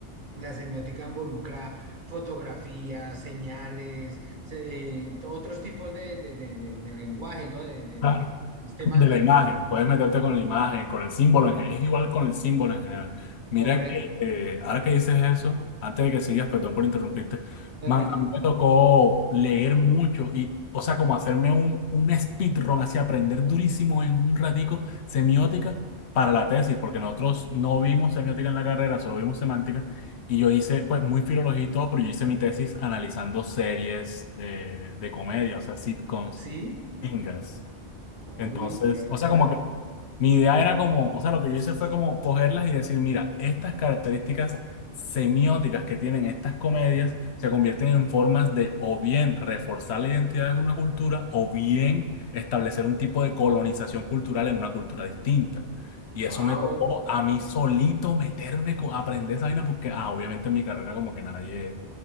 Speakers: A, on the right (about 45°); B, on the left (about 70°).
A: La semiótica involucra fotografías, señales, se- eh, otros tipos de, de, de- de- de lenguaje, ¿no? De, de-
B: Claro.
A: de sistemas
B: De
A: de,
B: la imagen,
A: de...
B: puedes meterte con la imagen, con el símbolo en general, es igual con el símbolo en general. Mira
A: Correcto.
B: que eh, ahora que dices eso, antes de que sigas, perdón por interrumpirte,
A: No,
B: man,
A: tranquilo.
B: a mí me tocó leer mucho y, o sea, como hacerme un, un speedrun, así aprender durísimo en un ratico semiótica para la tesis, porque nosotros no vimos semiótica en la carrera, solo vimos semántica, y yo hice, pues, muy filología y todo, pero yo hice mi tesis analizando series eh, de comedia, o sea, sitcoms,
A: ¿Sí?
B: gringas.
A: Uy,
B: Entonces,
A: qué bacano.
B: o sea, como que mi idea era como, o sea, lo que yo hice fue como cogerlas y decir, mira, estas características semióticas que tienen estas comedias se convierten en formas de o bien reforzar la identidad de una cultura o bien establecer un tipo de colonización cultural en una cultura distinta. Y eso
A: Wow.
B: me tocó a mí solito meterme, co- aprender esa vaina porque, ah, obviamente en mi carrera como que nadie